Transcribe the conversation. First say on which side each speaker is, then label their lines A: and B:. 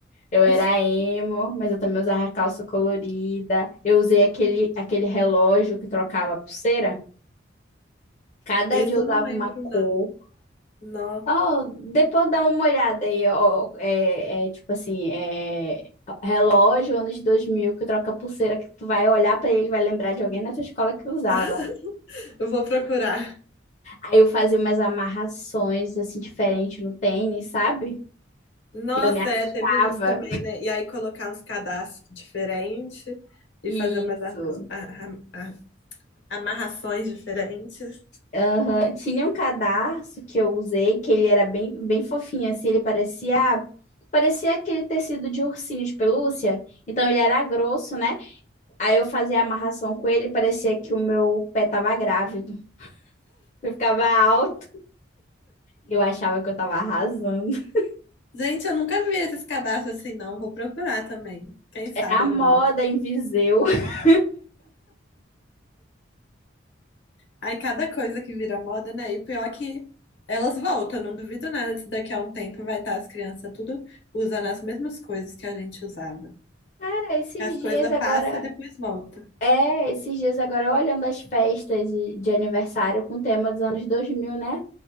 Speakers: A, on the left (about 40°); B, on the left (about 70°).
A: Eu era
B: <laughs>
A: emo, mas eu também usava calça colorida. Eu usei aquele, aquele relógio que trocava a pulseira. Cada
B: Esse
A: dia eu
B: eu
A: usava
B: não lembro,
A: uma cor.
B: não. Não.
A: Ó, depois dá uma olhada aí, ó. É, é tipo assim, é relógio, anos 2000 que troca pulseira, que tu vai olhar pra ele, vai lembrar de alguém na tua escola que usava.
B: <laughs> Eu vou procurar.
A: Aí eu fazia umas amarrações, assim, diferentes no tênis, sabe?
B: Nossa,
A: Eu me achava.
B: é, teve isso também, né? E aí colocar uns cadastros diferentes e
A: Isso.
B: fazer umas a- a- a- a- amarrações diferentes.
A: Aham. Tinha um cadarço que eu usei, que ele era bem, bem fofinho, assim, ele parecia... Parecia aquele tecido de ursinho de pelúcia. Então ele era grosso, né? Aí eu fazia a amarração com ele, parecia que o meu pé tava grávido. <laughs> Eu ficava alto. Eu achava que eu tava arrasando. <laughs>
B: Gente, eu nunca vi esses cadastros assim, não. Vou procurar também. Quem sabe
A: Era a moda
B: eu não uso.
A: em Viseu. <laughs>
B: Aí cada coisa que vira moda, né? E pior é que elas voltam, não duvido nada se daqui a um tempo vai estar as crianças tudo usando as mesmas coisas que a gente usava.
A: Cara, esses
B: As
A: dias
B: coisas
A: agora.
B: passam e depois volta.
A: É, esses dias agora eu olhando as festas de, de aniversário com tema dos anos 2000, né?